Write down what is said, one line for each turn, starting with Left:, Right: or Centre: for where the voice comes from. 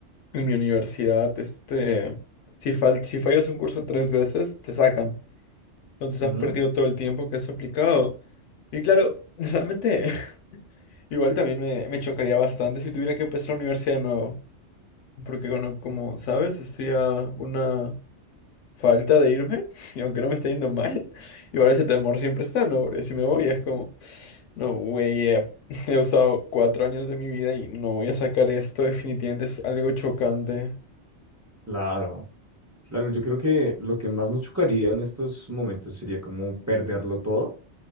Left: en mi universidad, este, si, fal- si fallas un curso tres veces, te sacan. Entonces
Right: ujú,
Left: has perdido todo el tiempo que has aplicado. Y claro, <laughs> realmente <laughs> igual también me, me chocaría bastante si tuviera que empezar la universidad de nuevo. Porque bueno, como sabes, estoy a una falta de irme, <laughs> y aunque no me está yendo mal, <laughs> igual ese temor siempre está, ¿no? Porque si me voy es como, no, güey, eh, <laughs> he usado cuatro años de mi vida y no voy a sacar esto, definitivamente es algo chocante.
Right: Claro, claro, yo creo que lo que más nos chocaría en estos momentos sería como perderlo todo,